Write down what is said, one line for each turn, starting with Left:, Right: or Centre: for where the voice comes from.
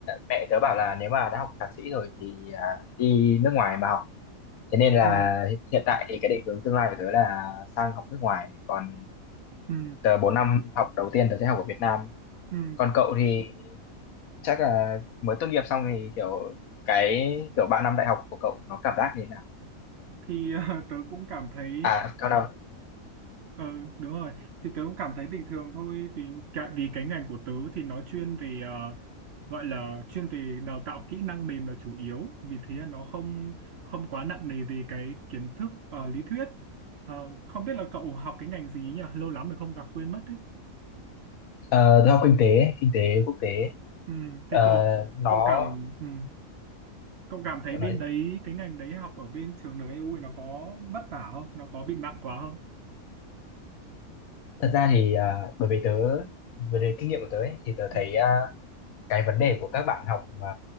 Left: mẹ tớ bảo là nếu mà đã học thạc sĩ rồi thì à, đi nước ngoài mà học thế nên là
Right: Ừ.
Left: hiện tại thì cái định hướng tương lai của tớ là sang học nước ngoài còn
Right: Ừ.
Left: tớ 4 năm học đầu tiên tớ sẽ học ở Việt Nam
Right: Ừ.
Left: còn cậu thì chắc là mới tốt nghiệp xong thì kiểu cái kiểu 3 năm đại học của cậu nó cảm giác như thế nào
Right: Thì <laughs> tớ cũng cảm thấy
Left: à cậu nào
Right: Ừ, đúng rồi. Thì tớ cũng cảm thấy bình thường thôi. Thì cả, vì cái ngành của tớ thì nó chuyên về ờ, gọi là chuyên về đào tạo kỹ năng mềm là chủ yếu. Vì thế là nó không không quá nặng nề về cái kiến thức ờ, lý thuyết. Ờ, không biết là cậu học cái ngành gì nhỉ? Lâu lắm rồi không gặp quên mất đấy.
Left: Ờ, tôi học kinh tế, kinh tế quốc tế.
Right: Ừ, thế
Left: Ờ,
Right: cậu
Left: nó
Right: cậu cảm ừ, cậu cảm thấy
Left: cậu
Right: bên
Left: nói
Right: đấy cái ngành đấy học ở bên trường NEU nó có vất vả không? Nó có bị nặng quá không?
Left: thật ra thì à, đối với tớ, về đề kinh nghiệm của tớ ấy, thì tớ thấy
Right: Ừ,
Left: à, cái vấn đề của các bạn học mà